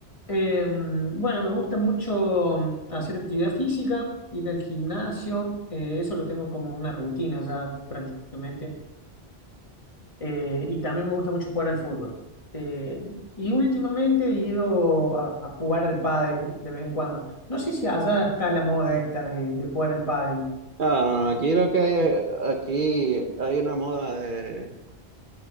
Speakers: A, on the left (about 30°); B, on the right (about 55°).
A: Eh, bueno, me gusta mucho mm, hacer actividad física, ir al gimnasio. eh, eso lo tengo como una rutina ya prácticamente. Eh, y también me gusta mucho jugar al fútbol. Eh, y últimamente he ido a, a jugar al pádel de vez en cuando. No sé si allá está la moda esta de, de jugar al pádel.
B: Ah, bueno, aquí lo que hay, aquí hay una moda de,